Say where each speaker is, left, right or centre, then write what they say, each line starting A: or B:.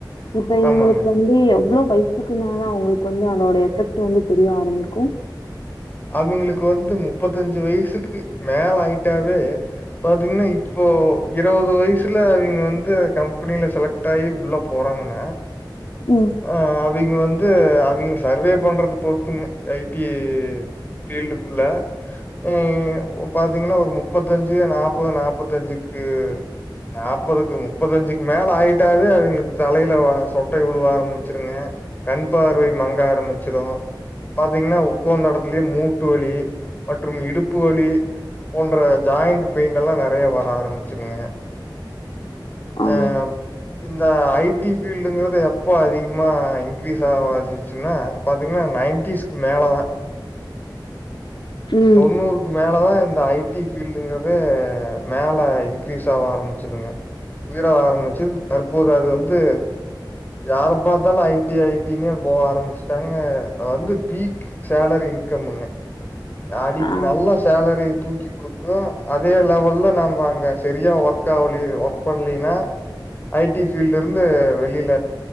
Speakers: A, on the left (about 70°); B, on the left (about 25°).
A: இப்ப இவுங்குளுக்கு
B: ஆமாங்க.
A: வந்து எவ்ளோ வயசுக்கு மேல அவங்களுக்கு வந்து அதோட எஃபெக்ட் வந்து தெரிய ஆரம்பிக்கு
B: அவிங்குளுக்கு வந்து முப்பத்தஞ்சு வயசுக்கு மேல ஆயிட்டாவே பாத்தீங்கனா இப்போ இருவது வயசுல அவிங்க வந்து கம்பெனில செலக்ட் ட்டாயி உள்ள போறாங்கன்னா
A: ம்
B: ஆ அவிங்க வந்து அவிங்க சர்வே பண்றது பொறுத்துங்க ஐ டி ஃபீல்டுக்குள்ள ம் பாத்தீங்கனா ஒரு முப்பத்தஞ்சு நாப்பது நாப்பத்தஞ்சுக்கு நாப்பதுக்கு முப்பத்தஞ்சுக்கு மேல ஆயிட்டாவே அவிங்களுக்கு தலையில வ சொட்ட வி ழுவ ஆரம்பிச்சிருங்க கண் பார்வை மங்க ஆரம்பிச்சிரு பாத்தீங்கனா உட்காந்த இடத்துலயே மூட்டு வலி மற்றும் இடுப்பு வலி போன்ற ஜாயிண்ட் பெயின்ட் எல்லா நெறைய வர ஆரம்பிச்சிருங்க அ
A: ஆ
B: இந்த ஐ டி ஃபீல்டுங்குறது எப்ப அதிகமா இன்க்ரீஸ் ஆக <unintelligible> சுன்னா பாத்தீங்கனா நைன்டீஸ்க்கு மேல தா
A: ம்
B: தொண்ணூறு க்கு மேலதா இந்த ஐ டி ஃபீல்டுங்கறதே மேல இன்கிரீஸ் ஆக ஆரம்பிச்சதுங்க உயர ஆரம்பிச்சு தற்போது அது வந்து யார பார்த்தாலு ஐ டி ஐ டி னே போக ஆரம்பிச்சுட்டாங்க வந்து பீக் சேலரி இன்கம்முங்க அடிக்
A: ஆம்
B: நல்லா ஸ் சேலரி தூக்கி குடுக்கு அதே லெவல்ல நம்ப அங்க செரியா ஒர்க் ஆவலே ஒர்க் பண்லேனா ஐ டி ஃபீல்ட்லிருந்து வெளில